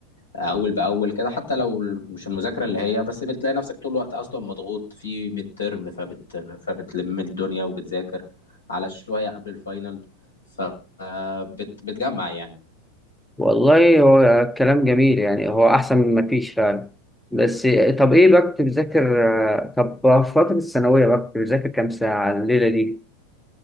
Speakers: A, on the left (about 70°); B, in the centre.
A: اول باول كده حتى لو مش المذاكره اللي هي بس بتلاقي نفسك طول الوقت اصلا مضغوط في ميد ترم فبت فبتلم الدنيا وبتذاكر على شويه قبل الفاينل فبتجمع يعني
B: والله هو كلام جميل يعني هو احسن من ما فيش فعلا بس طب ايه بقى كنت بتذاكر آه، طب في فتره الثانويه بقى كنت بتذاكر كام ساعه الليله دي